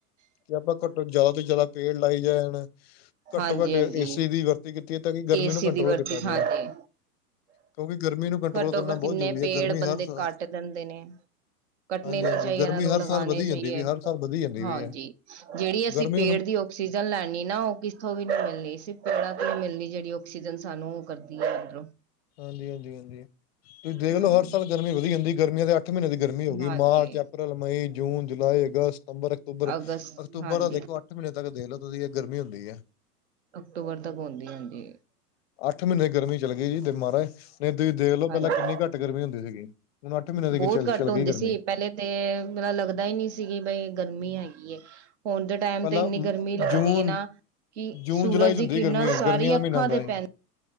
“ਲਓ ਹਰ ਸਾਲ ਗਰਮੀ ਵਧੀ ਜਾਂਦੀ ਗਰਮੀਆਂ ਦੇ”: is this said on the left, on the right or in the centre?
Left